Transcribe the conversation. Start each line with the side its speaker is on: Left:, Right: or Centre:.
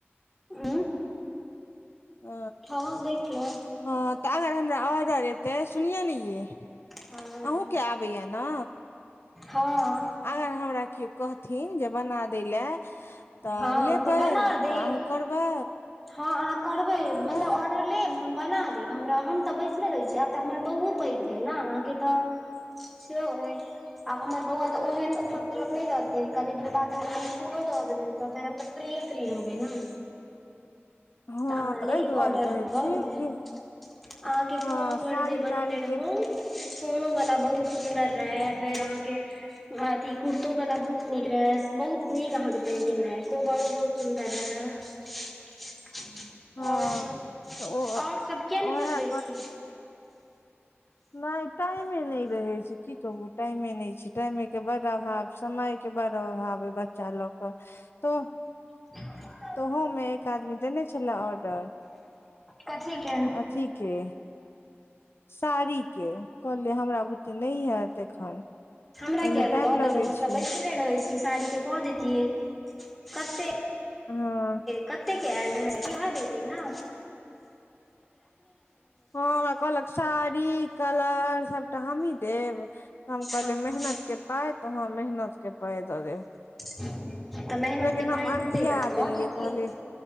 Centre: ऊं
Left: अ
Centre: हं देखलौ
Left: हँ तऽ अगर हमरा ऑर्डर एतै सुनियौ ने यै
Centre: हँ
Left: अहूं के आबैया न
Centre: हँ
Left: अगर हमरा केओ कहथिन जे बना दै लए तऽ
Centre: हँ
Left: लेबै
Centre: बना देब
Left: तऽ अहूँ करबै
Centre: हँ अहाँ करबै मतलब
Left: आँय
Centre: ऑर्डर लेब हम बना देब हमरा हम तऽ बैसले रहै छी आब तऽ हमर बहुत पैघ भेल ने अहाँकेँ तऽ <inaudible> सेहो अय आब हमर बौआ तऽ ओहेन उपद्रव नै रहते कनी दिन बाद तऽ ओकरा इसकुलो द देबे तऽ फेर हम तऽ फ्री फ्री रहबै न
Left: हँ
Centre: तऽ अहाँ लेब
Left: एहि दुआरे
Centre: ऑर्डर
Left: कहै
Centre: दऽ
Left: छी
Centre: देबै
Left: कि
Centre: अहाँकेँ
Left: हँ
Centre: फोनो
Left: साड़ी
Centre: पर जे बनेने
Left: ताड़ी
Centre: रहौ
Left: के
Centre: फोनो वला बहुत सुन्दर रहै फेर अहाँकेँ अथी कुर्तो वाला बहुत नीक रहे बहुत नीक अहाँ केँ पेंटिंग रहे कोबरो बहुत सुन्दर रहै <unintelligible>
Left: हँ
Centre: और सब
Left: तऽ ओ उएह
Centre: और सब किया नै बनबै छी
Left: नै टाइमे नै रहे छै की कहू टाइमे नै छै टाइमे केँ बड अभाव समय केँ बड़ अभाव ओइ बच्चा लऽ कऽ तो
Centre: <unintelligible>
Left: तोहो में एक आदमी देने छले ऑर्डर
Centre: कथी
Left: <inaudible>
Centre: के
Left: अथी केँ साड़ीकेँ कहलियै हमरा बुते नै हैत एखन
Centre: हमरा
Left: ओहिमे
Centre: किया
Left: टाइम
Centre: नै दऽ
Left: लगे
Centre: देलों हम
Left: छै
Centre: तऽ बैसले रहै छी साड़ी कऽ <inaudible> देतियै कते
Left: हँ
Centre: कते केँ आयल रहै उहै देती न
Left: <inaudible> हँ हमरा कहलक साड़ी कलर सभटा हमहीँ देब हम कहलियै
Centre: हँ
Left: मेहनत केँ पाय तऽ हँ मेहनत कऽ पाय दऽ देब
Centre: तऽ मेहनत
Left: लेकिन
Centre: कऽ
Left: हम
Centre: पाइ
Left: अनठिया
Centre: देतै तऽ कऽ
Left: देलियै
Centre: देतियै
Left: कहलियै